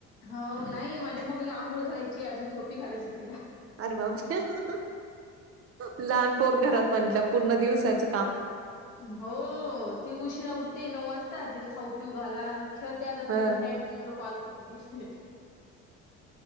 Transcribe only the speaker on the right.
अरे बाबा लहान पोर घरात म्हटलं पूर्ण दिवसाच
ह